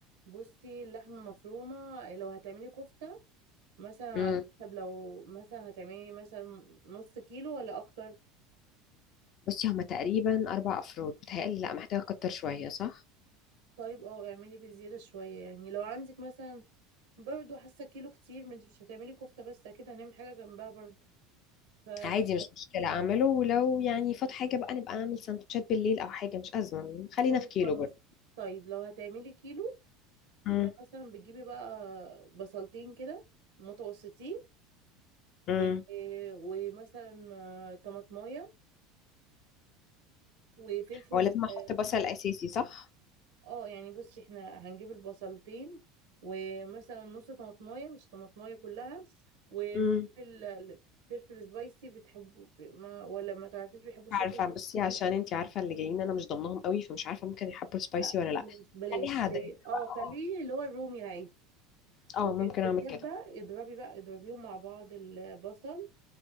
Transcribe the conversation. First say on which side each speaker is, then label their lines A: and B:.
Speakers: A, on the right; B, on the left.
A: بصي اللحمة مفرومة لو هتعملي كفتة مثلا
B: مم.
A: على حسب لو مثلا هتعملي مثلا نص كيلو ولا اكتر
B: بصي هما تقريبا اربع افراد بتهيألي لا محتاجة اكتر شوية صح
A: طيب اه اعملي بزيادة شوية يعني لو عندك مثلا برضو حاسة كيلو كتير ما انت مش هتعملي كفتة بس اكيد هنعمل حاجة جنبها برضو ف
B: عادي مش مشكلة أعمله ولو يعني فات حاجة بقى نبقى أعمل سندوتشات بالليل أو حاجة مش أزمة خلينا
A: طيب
B: في كيلو
A: خلاص
B: برضه
A: طيب لو هتعملي كيلو
B: امم
A: يبقى مثلا بتجيبي بقى بصلتين كده متوسطين
B: امم
A: و... ومثلا آه، طماطمايه وفلفل
B: هو لازم أحط
A: آه،
B: بصل أساسي صح؟
A: اه يعني بصي احنا هنجيب البصلتين ومثلا نص طماطمايه مش طماطمايه كلها وفلفل
B: امم
A: فلفل سبايسي بتحبه ب- ما ولا ما تعرفيش بيحبوا الشطه
B: عارفة
A: ولا
B: بصي
A: لا
B: عشان انتي عارفة اللي جايين أنا مش ضمنهم قوي فمش عارفة ممكن يحبوا سبايسي
A: لا،
B: ولا لأ
A: خلاص بلاش
B: خليها عادية
A: اه
B: بقى
A: خليه
B: اه
A: اللي هو الرومي العادي
B: اه
A: وفي
B: ممكن أعمل
A: الكبه
B: كده
A: اضربي بقى اضربيهم مع بعض البصل